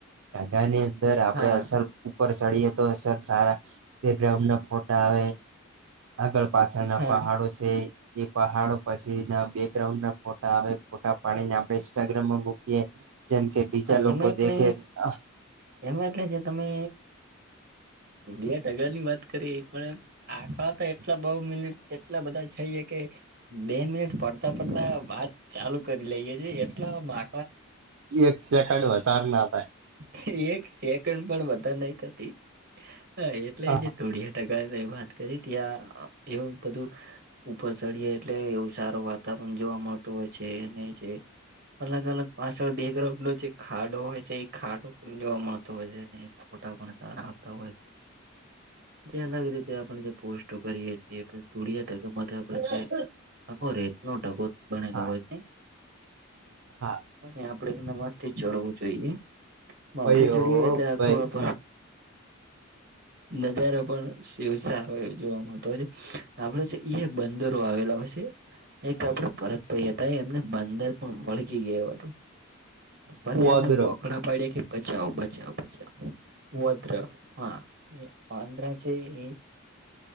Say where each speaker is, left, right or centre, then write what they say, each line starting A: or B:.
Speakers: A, on the right; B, on the right.
A: ઢગાની અંદર આપડે
B: હા હા
A: અસલ ઉપર ચડીએ તો અસલ સારા, બેકગ્રાઉન્ડ ના ફોટા આવે. આગળ પાછળના
B: હા
A: પાહાડો
B: હા
A: છે, ઈ પહાડો પછી ના બેકગ્રાઉન્ડ ના ફોટા આવે ફોટા પારીને આપણે બેગ્રાઉન્ડમાં મૂકીએ, જેમ કે બીજા લોકો
B: એમાં એટલે
A: દેખે અ
B: એમાં એટલે જે તમે બેટગરની વાત કરી એ પણ એમ આકડા તો એટલા બોઉ મિલિટ એટલા બધા છઈએ કે બે મિનિટ ફરતા ફરતા વાત ચાલુ કરી લઈએ છે એટલા બા
A: એક સેકન્ડ વધાર ના થાય
B: <unintelligible> એક સેકન્ડ પણ બધાં નઈ થતી, હ એટલે
A: હા
B: જે ઢોડિયા વાત કરી ત્યા એવું બધું ઉપર ચડીએ એટલે એવું સારું વાતાવરણ જોવા મળતું હોય છે ને જે અલગ અલગ પાછળ બેગ્રાઉન્ડ નો જે ખાડો હોય છે એ ખાડો પણ જોવા મળતો હોય છે ને. ફોટા પણ સારા આવતા હોય છે. જે અલગ રીતે આપણે જે પોસ્ટો કરીએ છીએ એ ધોળિયા ટકાથી આપ. આખો રેત નો ઢગો બનેલો
A: હા
B: હોય છે.
A: હા.
B: ને આપડે એનામાંજથી જળવું જોઈએ. માથે
A: ભાઈ
B: ચડીએ એટલે આખો આપ નજારો પણ એવ સારો એ જોવા મળતો હોય છે, આપડે છે બંદરો આવેલા હોય છે, એક આપડે પરત પયા હતા એમને બંદર પણ વળગી ગયો હતો, પછી એમને
A: ઓદરો
B: બોકડા પાડ્યા કે બચાવ બચાવ બચાવ, વદ્ર હા, એ પાંદરા છે એમ.